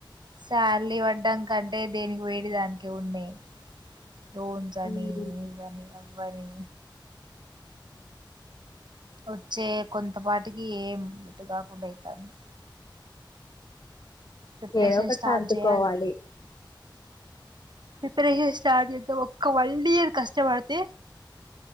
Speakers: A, on the right; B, on the left.
A: సాల్రి పడ్డంకంటే, దేనికి పోయేటి దానికె ఉన్నయి. లోన్స్ అని,
B: ఉమ్,
A: ఇవ్వని అవ్ వనీ. వచ్చే కొంతపాటికి ఏం, ఎటు కాకుండా అయితాంది. ప్రిపరేషన్
B: ఏదో ఒకటి
A: స్టార్ట్
B: సర్దుకోవాలి.
A: చేయాలి ప్రిపరేషన్ స్టార్ట్ చేత్తా. ఒక్క వన్ ఇయర్ కష్టపడితే